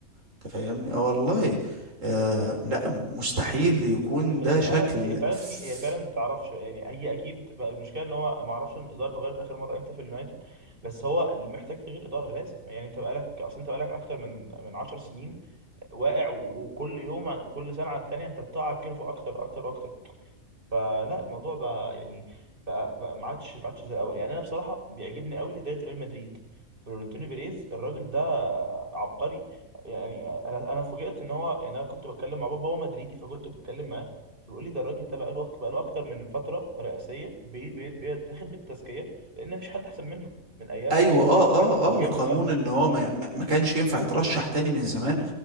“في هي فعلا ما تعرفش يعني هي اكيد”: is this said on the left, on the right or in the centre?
Right